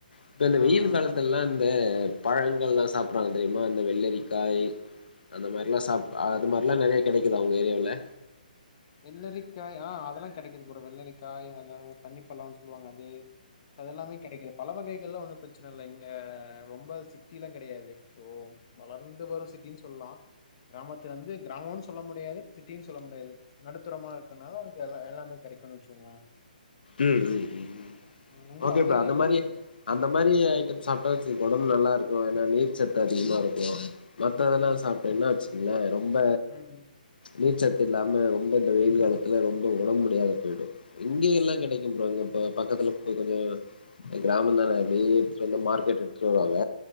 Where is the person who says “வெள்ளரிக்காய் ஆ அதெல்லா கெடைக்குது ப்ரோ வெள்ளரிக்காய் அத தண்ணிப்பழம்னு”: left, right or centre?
Left